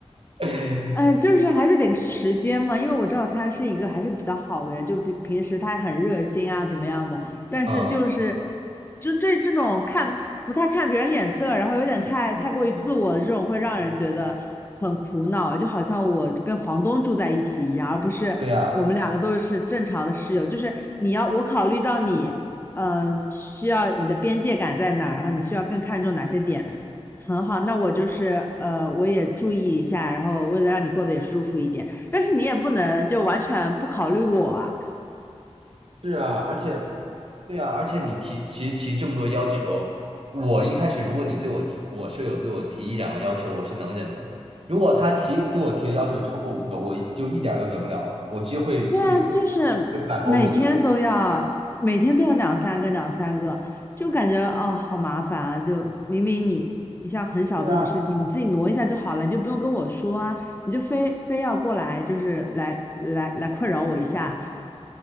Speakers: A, on the right (about 55°); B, on the left (about 20°).
A: <laughs>
B: 呃，就是还是得时间嘛，因为我知道他是一个还是比较好的人，就比平时他很热心啊，怎么样的。但是就是，
A: 嗯，
B: 就这这种看不太看别人脸色，然后有点太太过于自我的这种，会让人觉得很苦恼。就好像我跟房东住在一起一样，而不是我们两个都是正常的室友。
A: 对啊。
B: 就是你要我考虑到你，嗯、需要你的边界感在哪儿，然后你需要更看重哪些点。很好，那我就是呃，我也注意一下，然后为了让你过得也舒服一点，但是你也不能就完全不考虑我啊。
A: 是啊，而且，对啊，而且你提其实提这么多要求，我一开始如果你对我提，我舍友对我提一两个要求，我是能忍的。如果他提对我提的要求超过五个，我就一点儿都忍不了了，我其实会会会
B: 对啊，就是
A: 会反驳回去的。
B: 每天都要，每天都要两三个，两三个，就感觉哦，好麻烦啊！就明明你，你像很小的那种事情，
A: 对啊。
B: 你自己挪一下就好了，你就不用跟我说啊，你就非非要过来，就是来来来困扰我一下，